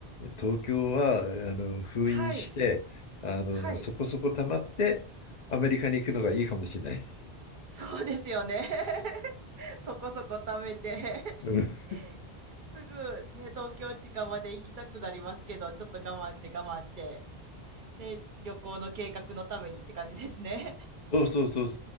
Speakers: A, on the left; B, on the right.
A: 東京は、あの、封印して、
B: はい。
A: あの、
B: はい。
A: そこそこ溜まって、アメリカに行くのがいいかもしれない。
B: そうですよね。<laughs> そこそこ貯めて
A: うん
B: <laughs> すぐね、東京近場で行きたくなりますけど、ちょっと我慢して我慢して、で、旅行の計画のためにって感じですね。
A: そうそうそう。